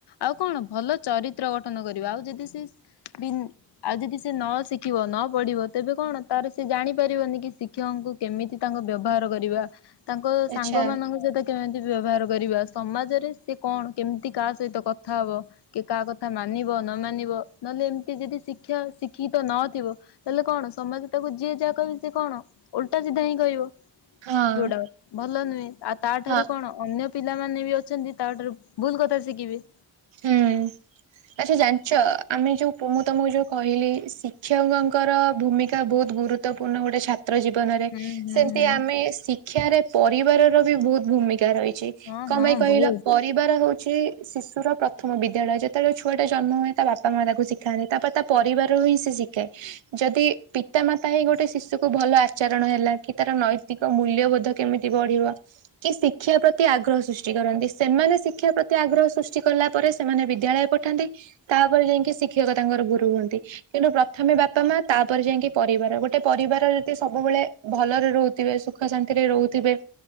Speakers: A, on the left; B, on the right.
A: ଆଉ କଣ ଭଲ ଚରିତ୍ର ଗଠନ କରିବ ଆଉ ଯଦି ସେ ବି ଆଉ ଯଦି ସେ ନ ଶିଖିବ ନ ପଢିବ ତେବେ କଣ ତାର ସେ ଜାଣିପାରିବନି କିି ଶି କ୍ଷକଙ୍କୁ କେମିତି ତାଙ୍କ ବ୍ୟବହାର କରିବା ତାଙ୍କ
B: ଆଚ୍ଛା
A: ସାଙ୍ଗମାନଙ୍କ ସହିତ କେମିତି ବ୍ୟବହାର କରିବା ସମାଜରେ ସେ କଣ କେମିତି କାହା ସହିତ କଥା ହବ। କି କାହା କଥା ମାନିବ ନ ମାନିବ ନହେଲେ ଏମିତି ଯଦି ଶିକ୍ଷା ଶିକ୍ଷିତ ନଥିବ ତାହେଲେ କଣ ସମସ୍ତେ ତାକୁ ଯିଏ ଯାହା କହିବି କଣ ଓଲଟା ସିଧା ହିଁ କହିବ।
B: ହଁ
A: ଯୋଉଟା ଭଲ ନୁହେଁ ଆଉ ତାଠାରୁ
B: ହଁ
A: କଣ ଅନ୍ୟ ପିଲାମାନେ ବି ଅଛନ୍ତି ତାଠାରୁ ଭୁଲ କଥା ଶିକିବେ।
B: ହୁଁ। ଆଚ୍ଛା ଜାଣିଚ ଆମେ ଯୋଉ ପୁ ମୁଁ ତମକୁ ଯୋଉ କହିଲି ଶିକ୍ଷକଙ୍କର ଭୂମିକା ବୋହୁତ ଗୁରୁ ତ ପୂନ ଗୋଟେ ଚ୍ଛା ତ୍ର ଜୀବନରେ
A: ହୁଁ ହୁଁ
B: ସେମିତି
A: ହୁଁ
B: ଆମେ ଶିକ୍ଷାରେ ପରିବାର ର ବି ବହୁତ ଭୂମିକା ରହିଚି।
A: ହଁ
B: କଣ
A: ହଁ
B: ପାଇଁ କହିଲା
A: ବହୁତ।
B: ପରିବାର ହଉଛି ଶିଶୁର ପ୍ରଥମ ବିଦ୍ୟାଳୟ ଯେତେବେଳେ ଛୁଆଟା ଜନ୍ମ ହୁଏ ତା ବାପା ମା ତାକୁ ଶିଖାନ୍ତି ତା ପରେ ତା ପରିବାରରୁ ହିଁ ସେ ଶିଖେ। ଯଦି ପିତା ମାତା ହିଁ ଗୋଟେ ଶିଶୁକୁୁ ଭଲ ଆଚରଣ ହେଲା କି ତାର ନୈତିକ କ ମୂଲ୍ୟବୋଧ କେମିତି ବଢିବ କି ଶିକ୍ଷା ପ୍ରତି ଆଗ୍ରହ ସୃଷ୍ଟି କରନ୍ତି ସେମାନେ ଶିକ୍ଷା ପ୍ରତି ଆଗ୍ରହ ସୃଷ୍ଟି କଲା ପରେ ସେମାନେ ବିଦ୍ୟାଳୟ ପଠାନ୍ତି ତାପରେ ଯାଇକି ଶିକ୍ଷକ ତାଙ୍କର ଗୁରୁ ହୁଅନ୍ତି। କିନ୍ତୁ ପ୍ରଥମେ ବାପା ମା ତାପରେ ଯାଇକି ପରିବାର ଗୋଟେ ପରିବାର ଯଦି ସବୁବେଳେ ଭଲରେ ରହୁଥିବେ ସୁଖ ଶାନ୍ତିରେ ରହୁଥିବେ